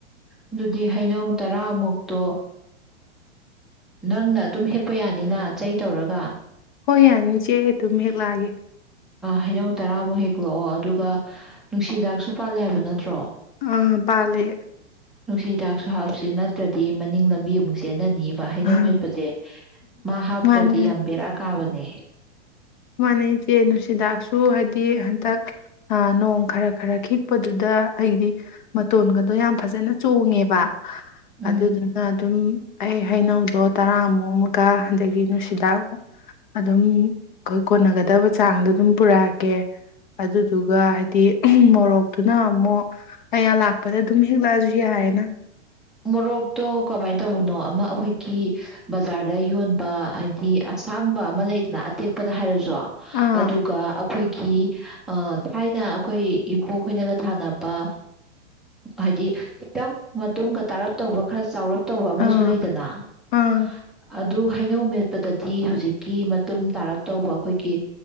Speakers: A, in the centre; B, on the left (about 40°).
A: ꯑꯗꯨꯗꯤ ꯍꯩꯅꯧ ꯇꯔꯥꯃꯨꯛꯇꯣ ꯅꯪꯅ ꯑꯗꯨꯝ ꯍꯦꯛꯄ ꯌꯥꯅꯤꯅ ꯆꯩ ꯇꯧꯔꯒ
B: ꯍꯣꯏ ꯌꯥꯅꯤ ꯏ ꯆꯦ ꯑꯩ ꯑꯗꯨꯝ ꯍꯦꯛ ꯂꯥꯛꯑꯒꯦ
A: ꯍꯩꯅꯧ ꯇꯔꯥꯃꯨꯛ ꯍꯦꯛꯂꯛꯑꯣ ꯑꯗꯨꯒ ꯅꯨꯡꯁꯤꯗꯥꯛꯁꯨ ꯄꯥꯜꯂꯦ ꯍꯥꯏꯕ ꯅꯠꯇ꯭ꯔꯣ
B: ꯑꯥ ꯄꯥꯂꯦ
A: ꯅꯨꯡꯁꯤꯗꯥꯛꯁꯨ ꯍꯥꯞꯁ ꯅꯠꯇ꯭ꯔꯗꯤ ꯃꯅꯤꯡ ꯂꯝꯕꯤ ꯑꯃꯨꯛ ꯆꯦꯟꯅꯅꯤ ꯍꯩꯅꯧ
B: ꯑꯥ
A: ꯌꯦꯠꯄꯁꯦ ꯃꯥ ꯍꯥꯞꯇ꯭ꯔꯗꯤ
B: ꯃꯥꯅꯦ
A: ꯌꯥꯝ ꯕꯦꯔꯥ ꯀꯥꯕꯅꯦ
B: ꯃꯥꯅꯩ ꯏꯆꯦ ꯅꯨꯡꯁꯤꯗꯥꯛꯁꯨ ꯍꯥꯏꯗꯤ ꯍꯟꯇꯛ ꯅꯣꯡ ꯈꯔ ꯈꯔ ꯈꯤꯛꯄꯗꯨꯗ ꯑꯩꯗꯤ ꯃꯇꯣꯟꯒꯗꯣ ꯌꯥꯝ ꯐꯖꯅ ꯆꯣꯡꯉꯦꯕ
A: ꯎꯝ
B: ꯑꯗꯨꯗꯨꯅ ꯑꯗꯨ ꯑꯗꯨꯝ ꯑꯩ ꯍꯩꯅꯧꯗꯣ ꯇꯔꯥꯃꯨꯛ ꯑꯃꯒ ꯑꯗꯒꯤ ꯅꯨꯡꯁꯤꯗꯥꯛ ꯑꯗꯨꯝ ꯑꯩꯈꯣꯏ ꯀꯣꯟꯅꯒꯗꯕ ꯆꯥꯡꯗꯣ ꯑꯗꯨꯝ ꯄꯨꯔꯛꯀꯦ ꯑꯗꯨꯗꯨꯒ ꯍꯥꯏꯗꯤ ꯃꯣꯔꯣꯛꯇꯨꯅ ꯑꯃꯨꯛ ꯑꯩꯅ ꯂꯥꯛꯄꯗ ꯑꯗꯨꯝ ꯍꯦꯛꯂꯛꯑꯁꯨ ꯌꯥꯏꯑꯌꯦꯅ
A: ꯃꯣꯔꯣꯛꯇꯣ ꯀꯃꯥꯏꯅ ꯇꯧꯕꯅꯣ ꯑꯃ ꯑꯩꯈꯣꯏꯒꯤ ꯕꯖꯥꯔꯗ ꯌꯣꯟꯕ ꯍꯥꯏꯗꯤ ꯑꯁꯥꯡꯕ ꯑꯃ ꯂꯩꯗꯅ ꯑꯇꯦꯛꯄꯗ ꯍꯥꯏꯔꯁꯨ
B: ꯑꯥ
A: ꯑꯗꯨꯒ ꯑꯩꯈꯣꯏ ꯊꯥꯏꯅ ꯑꯩꯈꯣꯏ ꯏꯕꯣꯛ ꯈꯣꯏꯅꯒ ꯊꯥꯅꯕ ꯍꯥꯏꯗꯤ ꯈꯤꯇꯪ ꯇꯝꯒ ꯇꯥꯔꯞ ꯇꯧꯕ ꯈꯔ ꯆꯥꯎꯔꯞ ꯇꯧꯕ ꯑꯃꯁꯨ
B: ꯑꯥ
A: ꯂꯩꯗꯅ
B: ꯑꯥ
A: ꯑꯗꯨ ꯍꯩꯅꯧ ꯃꯦꯠꯄꯗꯗꯤ ꯍꯧꯖꯤꯛꯀꯤ ꯃꯇꯨꯡ ꯇꯥꯔꯞ ꯇꯧꯕ ꯑꯩꯈꯣꯏꯒꯤ